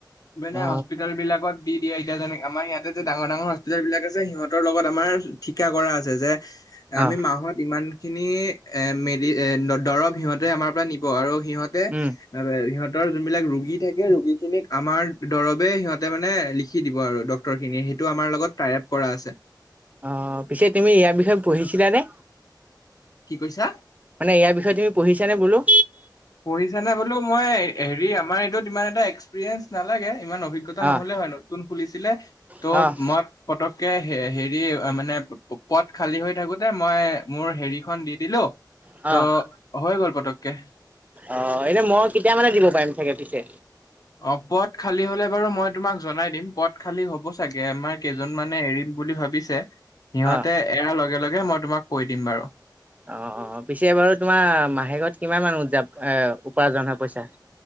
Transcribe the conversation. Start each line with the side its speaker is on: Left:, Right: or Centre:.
Left: মানে
Right: অ
Left: হস্পিতাল বিলাকত দি দিয়ে এতিয়া যেনে আমাৰ ইয়াতে যে ডাঙৰ ডাঙৰ হস্পিতেল বিলাক আছে সিহঁতৰ লগত আমাৰ ঠিকা কৰা আছে যে আমি
Right: অ
Left: মাহত ইমান খিনি এ মেডি দৰৱ সিহঁতে আমাৰ পৰা নিব আৰু- সিহঁতে
Right: উম
Left: সিহঁতে- ৰোগী থাকে ৰোগী খিনিক আমাৰ দৰৱে সিহঁতে মানে লিখি দিব আৰু ডক্তৰ খিনিয়ে। সেইটো- তোমাৰ লগত টাইপ কৰা আছে।
Right: অ পিছে তুমি ইয়াৰ বিষয়ে পঢ়িছিলানে?
Left: কি কৈছা?
Right: মানে ইয়াৰ বিষয়ে তুমি পঢ়িছা নে বোলো
Left: পঢ়িছা নে বোলো মই হেৰি আমাৰ এইটোত ইমান এটা এক্সপিৰিয়েঞ্চ নালাগে। ইমান অভিজ্ঞতা
Right: অ',
Left: নহলে হয় নতুন খুলিছিলে ত'
Right: অ',
Left: মই পতকে- হেৰি মানে পদ খালী হৈ থাকোতে মই মোৰ হেৰিখন দি দিলো।
Right: অ',
Left: ত হৈ গ'ল পতককে।
Right: অ এনে মই কেতিয়া মানে দিব পাৰিম চাগে পিছে।
Left: অ পদ খালী হলে বাৰু মই তোমাক জনাই দিম পদ খালী হ'ব চাগে আমাৰ কেইজন মানে এৰিম। বুলি ভাবিছে সিহঁতে
Right: অ',
Left: এয়াৰ লগে লগে মই তোমাক কৈ দিম বাৰু
Right: অ অ পিছে বাৰু তোমাৰ মাহেকত কিমান মান উজা এ উপাৰ্জন হয় পইচা?